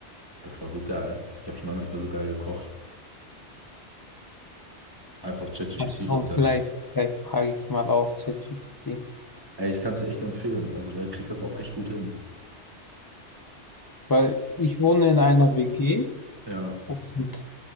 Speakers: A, on the right (about 20°); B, on the left (about 25°).
A: das war so geil. Ich habe schon lange nicht mehr so geil gekocht. Einfach ChatGPT-Rezept.
B: Mal schauen, vielleicht, vielleicht frage ich mal auch ChatGPT.
A: Ey, ich kann es dir echt empfehlen. Also der kriegt das auch echt gut hin.
B: Weil ich wohne in einer WG
A: Ja.
B: und